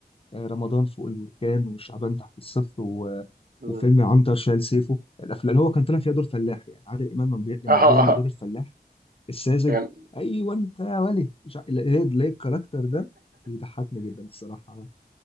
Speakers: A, on the left; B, on the right.
A: آه، رمضان فوق البركان وشعبان تحت الصفر و...
B: مم.
A: وفيلم عنتر شال سيفه الافلام اللي هو كان طالع فيها دور فلاح يعني عادل امام لما بي-
B: <laughs>
A: لما
B: اه اه
A: بيعمل
B: آه.
A: دور الفلاح الساذج
B: يعني
A: ايوه انت يا ولي مش ع- ليه ليه الكاركتر ده بيضحكني جدا الصراحه